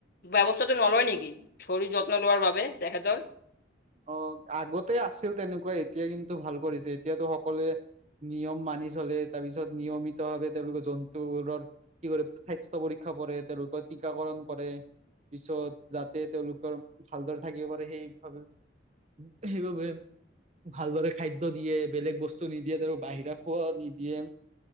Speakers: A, on the left; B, on the right.
A: ব্যৱস্থা টো নলয় নেকি শৰীৰ যত্ন লোৱাৰ বাবে, তেখেতৰ।
B: অঁ! আগতে আছিল তেনেকুৱাই এতিয়া কিন্তু ভাল কৰিছে। এতিয়াতো সকলোৱে নিয়ম মানি চলে তাৰপিছত নিয়মিতভাৱে তেওঁলোকে জন্তুবোৰৰ কি স্বাস্থ্য পৰীক্ষা কৰে, তেওঁলোকৰ টীকাকৰণ কৰে। পিছত যাতে তেওঁলোকৰ ভালদৰে থাকিব পাৰে সেই ভাবে সেইবাবে ভালদৰে খাদ্য দিয়ে, বেলেগ বস্তু নিদিয়ে, তেওঁলোকক বাহিৰা খোৱা নিদিয়ে।